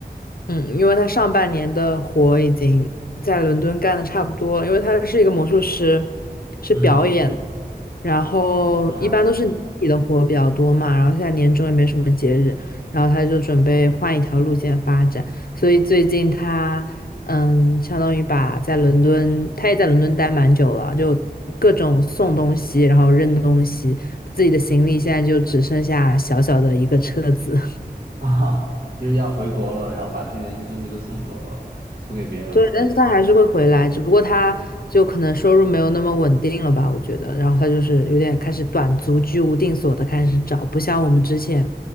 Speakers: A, on the left; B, on the right.
A: 嗯，因为他上半年的活已经在伦敦干的差不多了，因为他是一个魔术师，是表演，
B: 嗯，
A: 然后一般都是年底的活比较多嘛，
B: 啊。
A: 然后现在年终也没什么节日，然后他就准备换一条路线发展，所以最近他嗯，相当于把在伦敦，他也在伦敦待蛮久了，就各种送东西，然后扔东西，自己的行李现在就只剩下小小的一个车子。
B: <laughs> 啊，就是要回国了，然后把自己的一些东西都送走了，送给别人了，
A: 对，但是他还是会回来，只不过他就可能收入没有那么稳定了吧，我觉得。然后他就是有点开始短租居无定所的开始找，不像我们之前